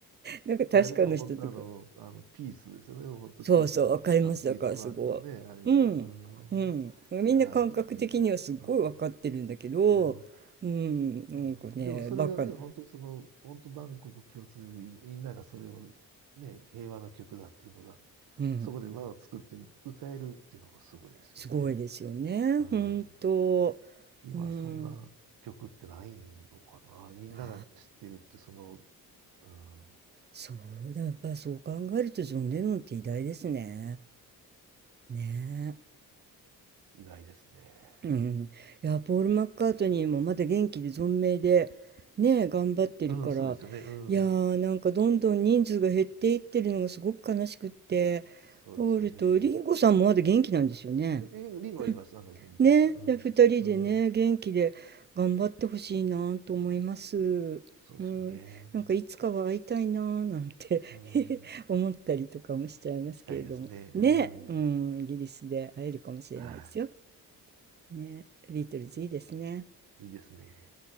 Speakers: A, on the right; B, on the right.
A: なんか確かの人とか。
B: いや、でも本当あの、あの、ピースですよね。本当ピースの、
A: そうそう、わかります。
B: あの、ピースマークのね、
A: だからすごい。
B: あれで。
A: うん。
B: う
A: う
B: ん。
A: ん。みんな感覚的にはすごいわかってるんだけど、
B: いや、いいです。うん。うん
A: うん。なんかね、
B: うんでもそれがね、
A: バカな。
B: 本当にその、本当万国共通で、みんながそれを、ね、平和の曲だっていうのが、
A: うん。
B: そこで輪を作って歌えるっていうのがすごいですよね。
A: すごいですよね。
B: うん。
A: 本当。
B: 今そんな曲ってないのかな。
A: うん。
B: みんなが知ってるってその、
A: ああ、
B: うん、
A: そうだ。やっぱりそう考えるとジョン・レノンって偉大ですね。ねえ。
B: いですね。
A: うん、いやポール・マッカートニーもまだ元気で存命でね頑張ってるから
B: うん、そうですよね。うん。
A: いやーなんかどんどん人数が減っていってるのがすごく悲しくってポールとリンゴさんもまだ元気なんですよね。
B: そうですよね。リンリンは今、
A: うん
B: あの、元気ですよ。
A: ねで2人でね元気で頑張ってほしいなと思います。
B: うん。うん。そうですよね。
A: うん、なんかいつかは会いたいななんて
B: うん。
A: <laughs> 思ったりとかもしちゃいますけれどもね、
B: 行きたいですね。うん。
A: うん、イギリスで会えるかもしれないですよ。
B: は
A: ね、ビートルズいいですね。
B: い。いいですね。